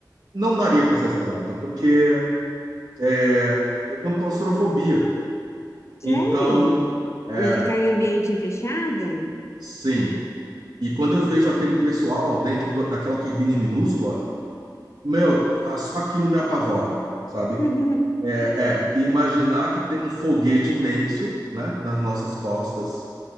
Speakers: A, on the right; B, on the left.
A: não daria para ser astronauta, porque é, eu tenho claustrofobia.
B: Sério?
A: Então, é,
B: E ficar em ambiente fechado?
A: sim. E quando eu vejo aquele pessoal dentro do- daquela cabine minúscula, meu, a- só aquilo me apavora, sabe?
B: <laughs>
A: É, é, imaginar que tem um foguete imenso, né, nas nossas costas,